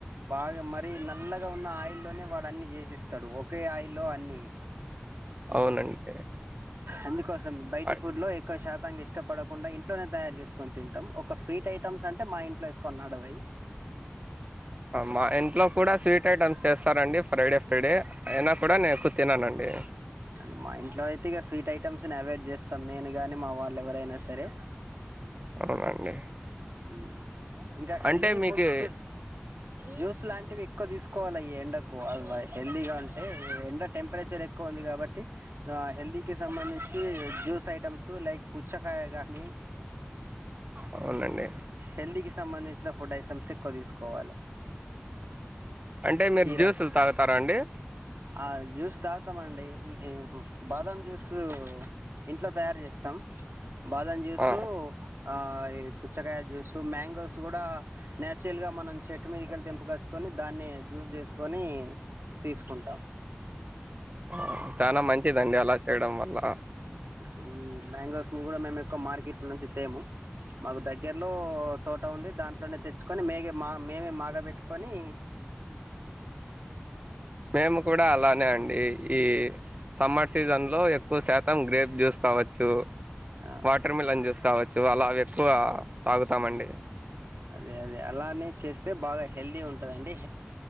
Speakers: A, on the right (about 85°); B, on the right (about 35°).
A: బాగా మరి నల్లగా ఉన్న ఆయిల్లోనే వాడు అన్ని చేసిస్తాడు ఒకే ఆయిల్లో అన్ని
B: అవునండి
A: అందుకోసం బయటి
B: అ
A: ఫుడ్ లో ఎక్కువ శాత్ తంగా ఇష్టపడకుండా ఇంట్లోనే తయారు చేసుకొని తింటం ఒక స్వీట్ ఐటమ్స్ అంటే మా ఇంట్లో ఎక్కువ నడవయ్
B: మా ఇంట్లో కూడా స్వీట్ ఐటమ్స్ చేస్తారండి ఫ్రైడే ఫ్రైడే అయినా కూడా నేను ఎకుతిననండి
A: కని అ మా ఇంట్లో అయితే ఇక స్వీట్ ఐటమ్స్ని అవాయిడ్ చేస్తాం నేను కానీ మా వాళ్ళు ఎవరైనా సరే
B: అవునండి
A: హ్మ్మ్ ఇంకా హెల్దీ
B: అంటే మీకు
A: ఫుడ్స్ జ్యూస్ లాంటివి ఎక్కువ తీసుకోవాలి ఈ ఎండకు ఎక్కువ హెల్దీగా ఉంటే ఎండ టెంపరేచర్ ఎక్కువ ఉంది కాబట్టి హెల్దీకి సంబంధించి జ్యూస్ ఐటమ్స్ లైక్ పుచ్చకాయ కానీ
B: అవునండి
A: హెల్తికి సంబంధించిన ఫుడ్ ఐటమ్స్ ఎక్కువ తీసుకోవాలే
B: అంటే మీరు
A: కీరా
B: జ్యూసులు తాగుతారా అండి
A: ఆ జూస్ తాగుతామండి బాదం జ్యూస్ ఇంట్లో తయారు చేస్తాం బాదం జ్యూసు
B: ఆ,
A: ఆ ఈ చ్చకాయ జ్యూస్ మ్యాంగోస్ కూడా నేచురల్ గా మనం చెట్టు మీదకెళ్లి తెింపుకచ్చుకొని దాన్ని జ్యూస్ చేసుకొని తీసుకుంటాం
B: ఆ, చాలా మంచిదండి అలా చేయడం వల్ల
A: ఇప్పుడు ఈ మ్యాంగోస్ని కూడా మేము ఎక్కువ మార్కెట్లో నుంచి తేము మాకు దగ్గర్లో తోట ఉంది దాంట్లోనే తెచ్చుకొని మేగే మా మేమే మాగ పెట్టుకొని
B: మేము కూడా అలానే అండి ఈ సమ్మర్ సీజన్ లో ఎక్కువ శాతం గ్రేప్ జ్యూస్ కావచ్చు
A: ఆ
B: వాటర్ మిలన్ జ్యూస్ కావచ్చు అలా అవి ఎక్కువ తాగుతామండి
A: అదే అదే అలానే చేస్తే బాగా హెల్దీ ఉంటదండి